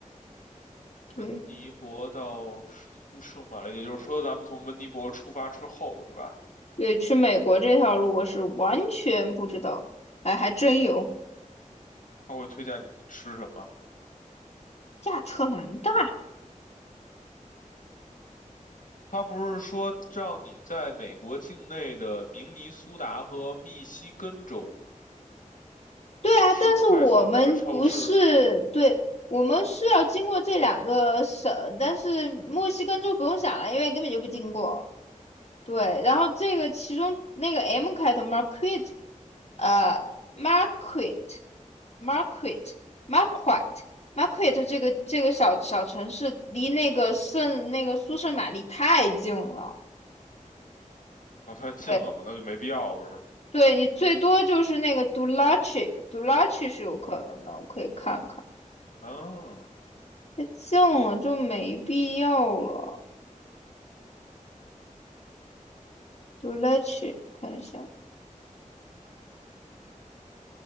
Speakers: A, on the left (about 50°); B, on the left (about 75°).
A: 对
B: 温尼伯到苏圣马力，也就是说，咱们从温尼伯出发之后，是吧？
A: 对，去美国这条路我是完全不知道，哎，还真有。
B: 他会推荐你吃什么？
A: 亚特兰大，
B: 他不是说让你在美国境内的明尼苏达和密西根州
A: 对啊，
B: 吃快餐或者超市？
A: 但是我们不是，对，我们是要经过这两个省，但是墨西哥州不用想了，因为根本就不经过。对，然后这个其中那个 M 开头 m a r q u e t 呃 m a r q u e t m a r q u e t m a r q u e t m a r q u e t 这个这个小小城市离那个圣那个苏圣玛丽太近了。
B: 那太近了嘛，
A: 对，
B: 那就没必要了，是吗？
A: 对你最多就是那个 Dulac，Dulac 是有可能的，我可以看看。
B: 啊，
A: 太近了就没必要了。杜拉奇，看一下，